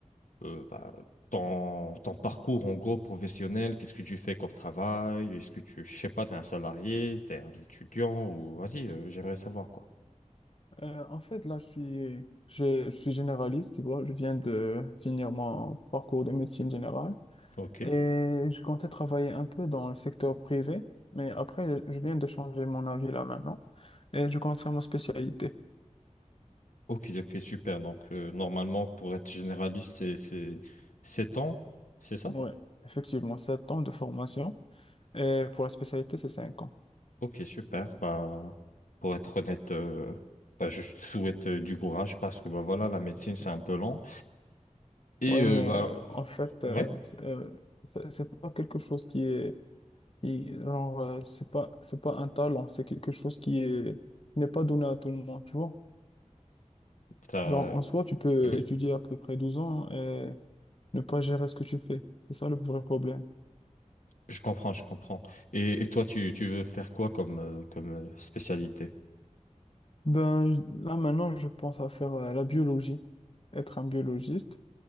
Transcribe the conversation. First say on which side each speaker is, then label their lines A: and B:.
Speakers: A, on the left; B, on the left.
A: euh, bah, ton, ton parcours en gros professionnel. Qu'est-ce que tu fais comme travail? Est-ce que tu, je sais pas, t'es un salarié, t'es un étudiant ou vas-y, euh, j'aimerais savoir quoi.
B: Euh, en fait, là, je suis, je, je suis généraliste, tu vois. Je viens de finir mon parcours de médecine générale
A: Ok.
B: et je comptais travailler un peu dans le secteur privé, mais après, je viens de changer mon avis là maintenant et je compte faire ma spécialité.
A: Ok, ok, super. Donc euh, normalement, pour être généraliste, c'est c'est 7 ans, c'est ça?
B: Ouais, effectivement, 7 ans de formation et pour la spécialité, c'est 5 ans.
A: Ok, super. Bah, pour être honnête, euh, bah, je te souhaite euh, du courage parce que bah, voilà, la médecine,
B: Merci.
A: c'est un peu lent. Et
B: Ouais,
A: euh,
B: mais
A: bah,
B: euh, en fait, euh,
A: euh, ouais,
B: c'est euh, c'est- c'est pas quelque chose qui est, qui- genre, euh, c'est pas, c'est pas un talent, c'est quelque chose qui est, qui n'est pas donné à tout le monde, tu vois.
A: ça,
B: Genre, en soi, tu peux
A: Mhm.
B: étudier à peu près 12 ans et ne pas gérer ce que tu fais. C'est ça le vrai problème.
A: je comprends, je comprends. Et, et toi, tu, tu veux faire quoi comme, euh, comme euh, spécialité?
B: Ben, j- là, maintenant, je pense à faire euh, la biologie, être un biologiste.